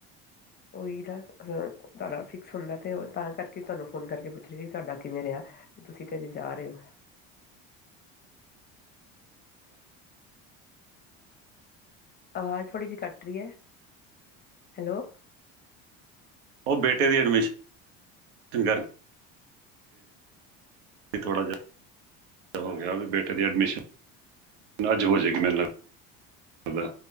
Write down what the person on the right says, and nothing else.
ਓ ਬੇਟੇ ਦੀ ਐਡਮਿਸ਼ਨ <unintelligible> ਥੋੜਾ ਜਾ। ਹੋ ਗੇਆ ਵੀ ਬੇਟੇ ਦੀ ਐਡਮਿਸ਼ਨ <unintelligible> ਆੱਜ ਹੋ ਜੇਗੀ ਮੈਨ ਲਗਦੈ।